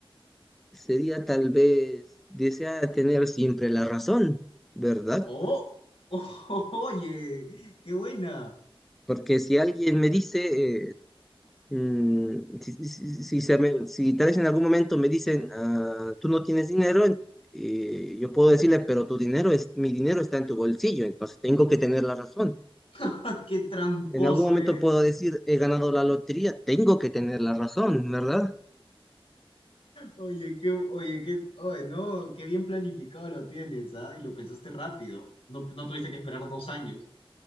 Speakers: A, in the centre; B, on the left (about 80°).
A: sería tal vez desea tener siempre la razón, ¿verdad?
B: ¡Oh! <laughs> ¡Oye! ¡Qué buena!
A: Porque si alguien me dice, eh, mm, si, si- si- si se me- si tal vez en algún momento me dicen, "Ah, tú no tienes dinero, eh, yo puedo decirle, pero tu dinero es, mi dinero está en tu bolsillo, entonces tengo que tener la razón.
B: <laughs> ¡Qué tramposo
A: En algún momento
B: eres!
A: puedo decir, he ganado la lotería, tengo que tener la razón, ¿verdad?
B: Oye, qué, oye, qué, oye, no, qué bien planificado lo tienes, ¿ah? Y lo pensaste rápido. No, no tuviste que esperar dos años.